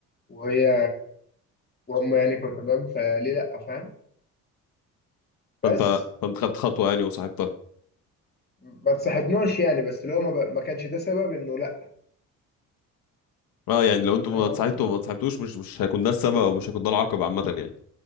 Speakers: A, on the left; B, on the left.
A: وهي وهم يعني كانوا تمام فليه لا فاهم
B: فانت
A: بس
B: فانت خدت خطوه يعني وصاحبتها
A: ما تصاحبناش يعني بس لو ما, ب... ما كانش ده سبب انه لا
B: اه يعني لو انتوا
A: فاهم
B: ما اتصاحبتوا
A: قصدي
B: وما اتصاحبتوش مش مش هيكون ده السبب او مش هيكون ده العقب عامه يعني